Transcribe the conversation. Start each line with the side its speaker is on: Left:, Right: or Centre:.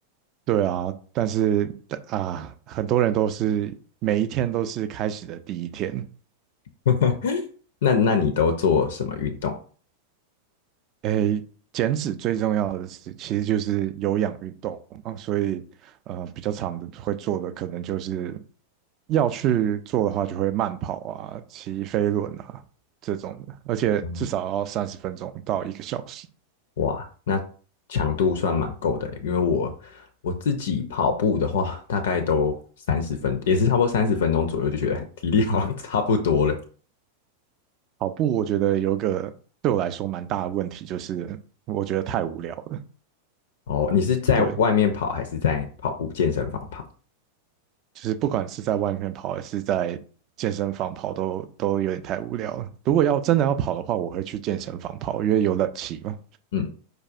Right: 对啊，但是啊，很多人都是每一天都是开始的第一天。
Left: <laughs> 那那你都做什么运动？
Right: 诶，减脂最重要的是，其实就是有氧运动嘛，所以呃，比较长的会做的可能就是要去做的话，就会慢跑啊、骑飞轮啊这种的，而且至少要三十分钟到一个小时。
Left: 嗯哇，那强度算蛮够的欸因为我我自己跑步的话，大概都三十分，也是差不多三十分钟左右，就觉得 <laughs> 体力好像差不多了。
Right: 跑步我觉得有个对我来说蛮大的问题，就是我觉得太无聊了。
Left: 哦，你是在外面跑还是在跑步健身房跑？
Right: 对，就是不管是在外面跑还是在健身房跑都，都有点太无聊了。如果要真的要跑的话，我会去健身房跑，因为有冷气嘛。
Left: 嗯。